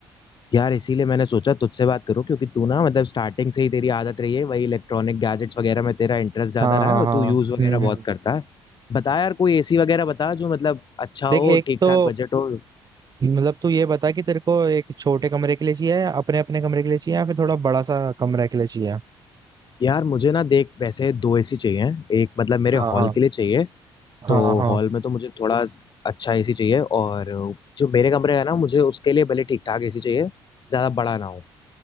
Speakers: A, on the left; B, on the right.
A: यार इसीलिए मैंने सोचा तुझसे बात करूं क्योंकि तू ना मतलब स्टार्टिंग से ही तेरी आदत रही है वही इलेक्ट्रॉनिक गैजेट्स वगैरह में तेरा इंटरेस्ट ज्यादा
B: हाँ
A: रहा
B: हाँ
A: है और
B: हाँ
A: तू यूज वगैरह
B: हम्म
A: बहुत
B: हम्म
A: करता है बता यार कोई एसी वगैरह बता जो मतलब अच्छा हो
B: देख एक
A: ठीक
B: तो
A: ठाक बजट हो
B: मतलब तू ये बता कि तेरे को एक छोटे कमरे के लिए चाहिए या अपने अपने कमरे के लिए चाहिए या फिर थोड़ा बड़ा सा कमरा के लिए चाहिए
A: यार मुझे ना देख वैसे दो एसी चाहिए एक मतलब मेरे
B: हाँ
A: हॉल
B: हाँ
A: के लिए चाहिए तो
B: हाँ हाँ
A: हॉल में तो मुझे थोड़ा अच्छा एसी चाहिए और जो मेरे कमरे है ना मुझे उसके लिए भले ठीक ठाक एसी चाहिए ज्यादा बड़ा ना हो